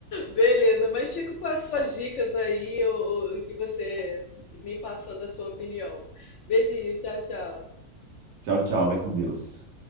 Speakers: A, on the left (about 65°); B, on the right (about 80°).
A: Beleza, mas fico com as suas dicas aí, o, o o que você me passou da sua opinião. Beijinho, tchau, tchau.
B: Tchau, tchau. Vai com Deus.